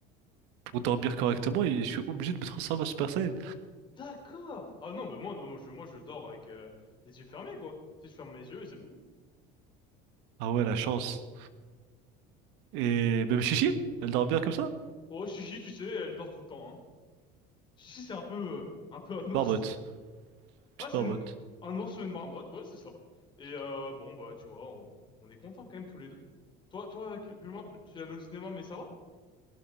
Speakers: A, on the right; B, on the left.
A: pour dormir correctement, il- je suis obligé de me transformer en Super Saiyan.
B: D'accord! Ah non, bah moi, non, je, moi je dors avec euh, les yeux fermés, quoi. Tu sais, je ferme mes yeux et c'est bon.
A: Ah ouais, la chance. Et même Chichi, elle dort bien comme ça?
B: Oh, Chichi, tu sais, elle dort tout le temps, hein. Chichi, c'est un peu, euh, un peu un ours.
A: Barbotte, petite
B: Ah, c'est
A: barbotte.
B: une- un ours ou une marmotte, ouais, c'est ça. Et euh, bon, bah, tu vois, on, on est contents quand même tous les deux. Toi, toi, Kepulma, tu es allé au cinéma, mais ça va?